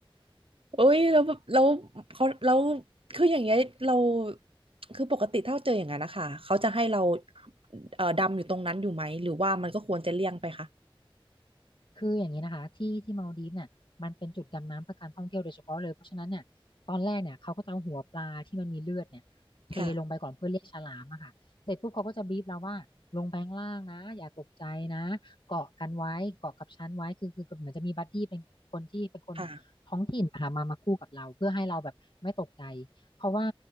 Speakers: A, on the right; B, on the left.
A: โอ้ยแล้วแบบแล้วเขาแล้วคืออย่างเงี้ยเราคือปกติถ้าเจออย่างนั้นนะคะเขาจะให้เราเอ่อดำอยู่ตรงนั้นอยู่ไหมหรือว่ามันก็ควรจะเลี่ยงไปคะ
B: คืออย่างนี้นะคะที่ที่มาลดีฟเนี่ยมันเป็นจุดดำน้ำเพื่อการท่องเที่ยวโดยเฉพาะเลยเพราะฉะนั้นเนี่ยตอนแรกเนี่ยเขาก็จะเอาหัวปลาที่มันมีเลือดเนี่ยเทลงไปก่อนเพื่อเรียกฉลามอะค่ะเสร็จปุ๊บเขาก็จะบีบเราว่าลงไปข้างล่างนะอย่าตกใจนะเกาะกันไว้เกาะกับชั้นไว้คือคือคือเหมือนจะมีบัดดี้เป็นคนที่เป็นคน
A: ค่ะค่ะ
B: ท้องถิ่นหามามาคู่กับเราเพื่อให้เราแบบไม่ตกใจเพราะว่า